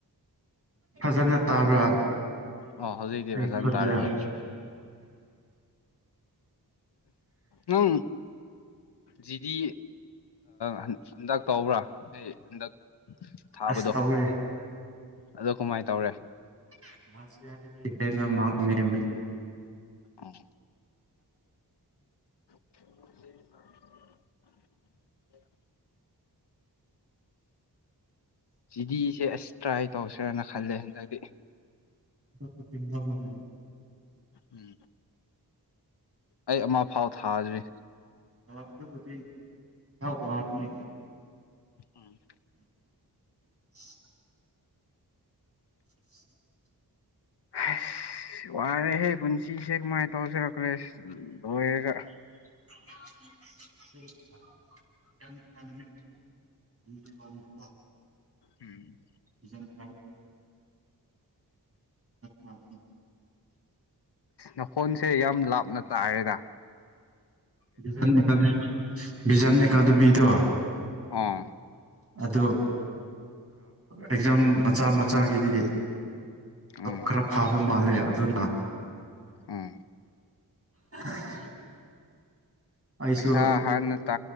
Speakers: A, on the right; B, on the left.
A: ꯐꯖꯅ ꯇꯥꯕ꯭ꯔꯥ
B: ꯑꯣ ꯍꯧꯖꯤꯛꯇꯤ
A: ꯑꯩ
B: ꯐꯖꯅ
A: ꯈꯣꯟꯖꯦꯜ
B: ꯇꯥꯔꯦ ꯍꯣꯏ ꯅꯪ ꯖꯤꯗꯤ ꯍꯟꯗꯛ ꯇꯧꯕ꯭ꯔꯥ ꯑꯩ ꯍꯟꯗꯛ ꯊꯥꯕꯗꯣ
A: ꯑꯁ ꯇꯧꯋꯦ
B: ꯑꯗꯣ ꯀꯃꯥꯏꯅ ꯇꯧꯔꯦ
A: ꯂꯥꯁ ꯏꯌꯥꯔꯗꯒꯤ ꯃꯥꯔꯛ ꯅꯦꯝꯃꯦ
B: ꯑꯣ ꯎꯝ ꯖꯤꯗꯤꯁꯦ ꯑꯁ ꯇ꯭ꯔꯥꯏ ꯇꯧꯁꯤꯔꯅ ꯈꯜꯂꯦ ꯍꯟꯗꯛꯇꯤ
A: ꯑ ꯆꯤꯟꯅꯒꯅꯦ
B: ꯎꯝ ꯑꯩ ꯑꯃ ꯐꯥꯎ ꯊꯥꯗ꯭ꯔꯤ
A: ꯍ ꯑꯗꯨꯕꯨꯗꯤ ꯈꯔ ꯋꯥꯔꯅꯤ
B: ꯎꯝ
A: <unintelligible> <unintelligible>
B: ꯑꯁ ꯋꯥꯔꯦꯍꯦ ꯄꯨꯟꯁꯤꯁꯦ ꯀꯃꯥꯏ ꯇꯧꯁꯤꯔ ꯀꯣꯂꯦꯖ ꯂꯣꯏꯔꯒ
A: <unintelligible> ꯑꯣ
B: ꯎꯝ
A: ꯎꯝ ꯎꯝ
B: ꯅꯈꯣꯟꯁꯦ ꯌꯥꯝ ꯂꯥꯞꯅ ꯇꯥꯏꯌꯦꯗ
A: ꯕꯤꯖꯟ ꯑꯦꯀ ꯕꯤꯖꯟ ꯑꯦꯀꯥꯗꯃꯤꯗꯣ
B: ꯑꯥ
A: ꯑꯗꯨ ꯑꯦꯛꯖꯥꯝ ꯃꯆꯥ ꯃꯆꯥꯒꯤꯗꯤ
B: ꯎꯝ
A: ꯈꯔ ꯐꯥꯕ ꯃꯥꯜꯂꯦ ꯑꯗꯨꯅ
B: ꯎꯝ
A: ꯎ ꯑꯩꯁꯨ
B: ꯄꯩꯁꯥ ꯍꯥꯟꯅ